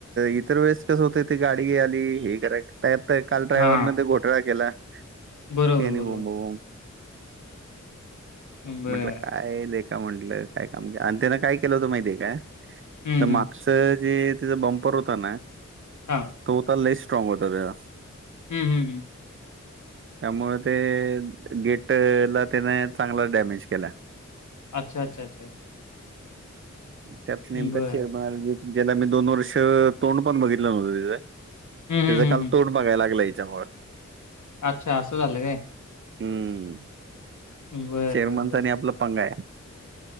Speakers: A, on the right; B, on the left.
A: इतर वेळेस कसं होत ते गाडी आली हे <inaudible> त्यात काल ड्रायव्हरने
B: हा
A: ते घोटळा केला.
B: बरोबर
A: ते आणि
B: बरोबर
A: बोंबाबोब
B: बर
A: म्हटल काय लेका म्हंटलं काय काम अ त्यानं काय केलं होतं माहितीे हे काय?
B: हम्म
A: तर
B: हम्म
A: मागच जे तेच बंपर होता ना
B: हा
A: तो होता लई स्ट्रॉंग होता त्याचा
B: हम् हम् हम्म
A: त्यामुळे ते गेट ला त्याने चांगलाच डॅमेज केला.
B: अच्छा अच्छा अच्छा
A: त्यात नेमक
B: बर
A: चेअरमन आला ज्याला मी दोन वर्ष तोंड पण बघितलं नव्हतं त्याच
B: हम्म
A: त्याचं
B: हम्म हम्म
A: काल
B: हम्म.
A: तोंड बघाय लागलं येच्यामुळ
B: आच्छा असं झालं काय.
A: हम्म
B: बरं
A: चेरमनचा
B: बरं बरं.
A: आणि आपला पंगा आहे.